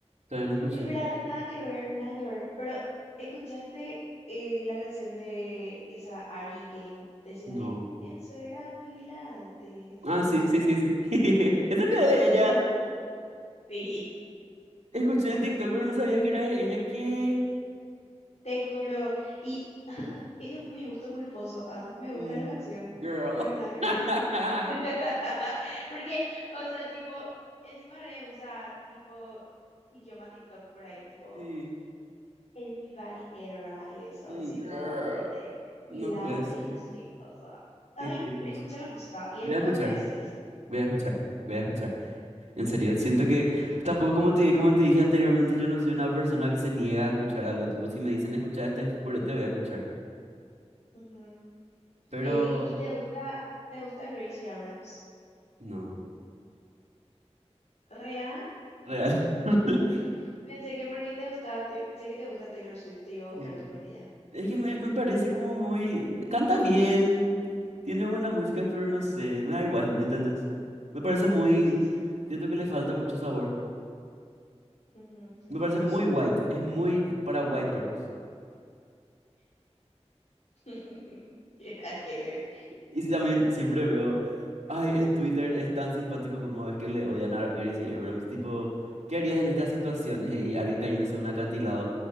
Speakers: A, on the right (about 80°); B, on the left (about 80°).
A: Todavía no escuché.
B: Espera, re, nada que ver, nada que ver. Pero, ¿escuchaste eh, la canción de esa Ari Game? Ese de
A: No.
B: Enzo era Pilates.
A: Ah,
B: ¿No escuchaste?
A: sí, sí, sí, sí. <laughs> Esa es de ella.
B: Sí.
A: Escuché en TikTok, pero no sabía que era de ella. ¿Qué?
B: Te juro. Y <laughs> es mi gusto culposo. Ah, me gusta
A: Mm,
B: la canción.
A: girl.
B: Re, nada que ver.
A: <laughs>
B: <laughs> Porque, o sea, tipo, encima re usa tipo, idioma TikTok por ahí, tipo,
A: Sí.
B: en mi body era y eso,
A: Mm,
B: sino
A: girl.
B: de, de pilates
A: No puede ser.
B: y no sé qué cosa. Ay,
A: Qué cringe.
B: escucha la música y
A: Voy
B: después
A: a escuchar,
B: me decís.
A: voy a escuchar, voy a escuchar. En serio, siento que tampoco como te, como te dije anteriormente, yo no soy una persona que se niega a escuchar algo. Tipo, si me dicen escuchar este purete, voy a escuchar.
B: Ujú.
A: Pero
B: Ey, ¿y te gusta, te gusta Gracie Abrams?
A: no,
B: ¿Real?
A: real. <laughs>
B: Pensé que, pensé que porque te gusta Tay- sé que te gusta Taylor Swift, te iba a gustar
A: Sí.
B: también ella.
A: Es que me, me parece como muy... Canta bien, tiene buenas músicas, pero no sé, me da igual, ¿entendés? Me parece muy...
B: Sí, sí.
A: Siento que le falta mucho sabor.
B: Ujú, entiendo
A: Me parece muy
B: eso.
A: white, es muy para white girls.
B: <laughs> Tiene nada que ver.
A: Y también siempre veo, ay, en Twitter es tan simpático como es que le odian a Gracie Abrams. Tipo, ¿qué harías en estas situaciones? Y alguien cayéndose de un acantilado.